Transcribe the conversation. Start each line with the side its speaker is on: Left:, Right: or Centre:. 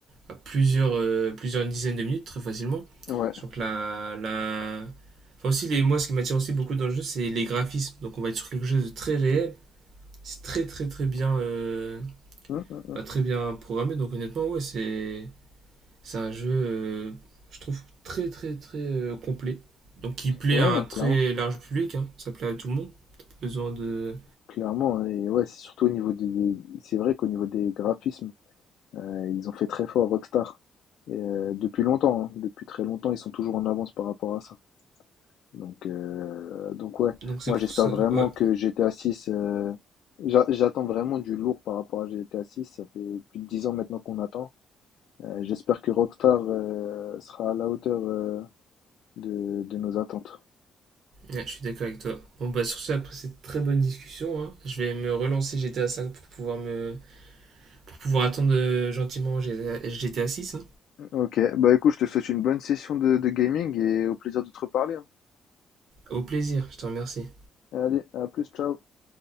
Right: à plusieurs euh, plusieurs dizaines de minutes très facilement.
Left: Ouais.
Right: Donc la la Enfin aussi, les, moi, ce qui m'attire aussi beaucoup dans le jeu, c'est les graphismes. Donc on va être sur quelque chose de très réel. C'est très très très bien, euh,
Left: Hum, hum, hum.
Right: bah, très bien programmé. Donc honnêtement, ouais, c'est c'est un jeu, euh, je trouve très très très euh, complet. Donc qui plaît
Left: Ouais,
Right: à un
Left: non,
Right: très
Left: clairement.
Right: large public. hein. Ça plaît à tout le monde. T'as pas besoin de
Left: Clairement. Et ouais, c'est surtout au niveau des. des- C'est vrai qu'au niveau des graphismes, euh, ils ont fait très fort Rockstar. Et, euh, depuis longtemps, hein. Depuis très longtemps, ils sont toujours en avance par rapport à ça. Donc, euh, donc ouais,
Right: donc c'est
Left: moi
Right: pour
Left: j'espère
Right: ça,
Left: vraiment
Right: ouais,
Left: que GTA six euh, j'a- j'attends vraiment du lourd par rapport à GTA six ça fait plus de 10 ans maintenant qu'on attend. Euh, j'espère que Rockstar euh, sera à la hauteur euh, de, de nos attentes.
Right: Ouais, je suis d'accord avec toi. Bon bah sur ça après cette très bonne discussion, hein, je vais me relancer GTA 5 pour pouvoir me pour pouvoir attendre euh, gentiment GTA 6.
Left: Ok, bah écoute, je te souhaite une bonne session de, de gaming et au plaisir de te reparler. hein.
Right: Au plaisir, je te remercie.
Left: Allez, à plus, ciao.